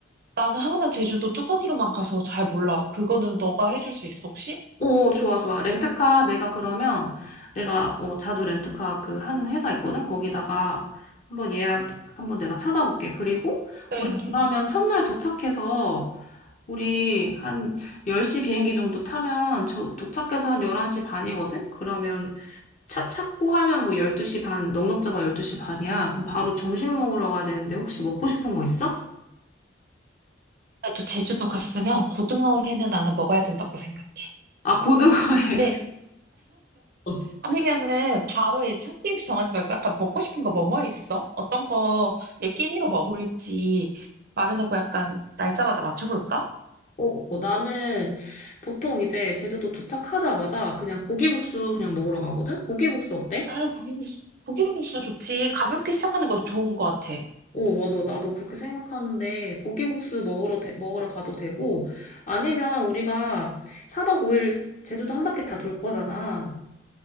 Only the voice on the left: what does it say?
오, 좋아, 좋아. 렌트카 내가 그러면 내가 어, 자주 렌트카 그 하는 회사 있거든. 거기다가 한번 예약 한번 내가 찾아볼게. 그리고
우리
그러면 첫날 도착해서 우리 한 10시 비행기 정도 타면 저 도착해서 한 11시 반이거든. 그러면 차 찾고 하면 뭐 12시 반, 넉넉 잡아 12시 반이야. 그럼 바로 점심 먹으러 가야 되는데 혹시 먹고 싶은 거 있어?
아, 고등어회.
<laughs>
어, 어, 나는 보통 이제 제주도 도착하자마자 그냥 고기국수 그냥 먹으러 가거든? 고기국수 어때?
오 맞아. 나도 그렇게 생각하는데 고기국수 먹으러, 대- 먹으러 가도 되고 아니면 우리가 4박 5일 제주도 한 바퀴 다 돌 거잖아.